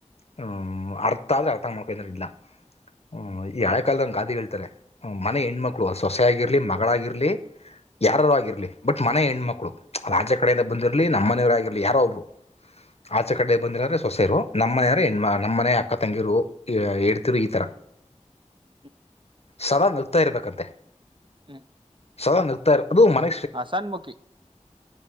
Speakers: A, on the left; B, on the right.
A: ಹ್ಮ್ ಅರ್ಥಾ ಆದ್ರೆ ಅರ್ಥ ಮಾಡ್ಕೋ ಇಲ್ಲಾರ ಇಲ್ಲಾ ಹ್ಮ್ ಈ ಹಳೆ ಕಾಲದ ಗಾದೆ ಹೇಳ್ತಾರೆ ಮನೆ ಹೆಣ್ಮಕ್ಕಳು ಅ ಸೊಸೆಯಗಾಗಿರ್ಲಿ ಮಗಳಾಗಿರ್ಲಿ. ಯಾರಾರರು ಆಗಿರ್ಲಿ ಬಟ್ ಮನೆ ಹೆಣ್ಮಕ್ಳು ಆಚಕಡೆಯಿಂದ ಕಡೆಯಿಂದ ಬಂದಿರ್ಲಿ ನಮ್ಮನೆಯವರು ಆಗರ್ಲಿ ಯಾರೋ ಒಬ್ರು. ಆಚೆ ಕಡೆ ಬಂದಿರೋ್ರೆ ಸೊಸೆರು ನಮ್ಮನೆಯವ್ರ ಹೆಣಮ್ಮ ನಮ್ಮನೆ ಅಕ್ಕ ತಂಗಿರು. ಹೇಳ್ತಿರು ಈ ತರ.
B: ಹ್ಮ್ಮ್ <unintelligible>
A: ಸದಾ ನಗ್ತಾ ಇರ್ಬೇಕಂತೆ.
B: ಹ್ಮ
A: ಸದಾ ನಗ್ತಾರೆ ಅದು ಮನ.
B: ಹಸಣ್ಮುಖಿ.